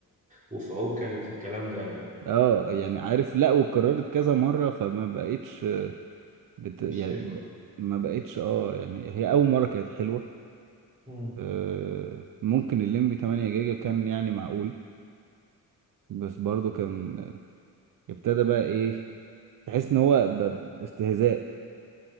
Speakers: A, on the right (about 20°); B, on the right (about 65°).
A: وفي عوكل وفي الكلام ده يعني
B: اه يعني عارف لا واتكررت كذا مرة فما بقتش بت... يعني
A: مش حلوة
B: ب- ما بقتش اه يعني هي أول مرة كانت حلوة
A: مم.
B: آه، ممكن الليمبي 8 جيجا كان يعني معقول بس برضو كان ابتدى بقى ايه تحس ان هو ب- استهزاء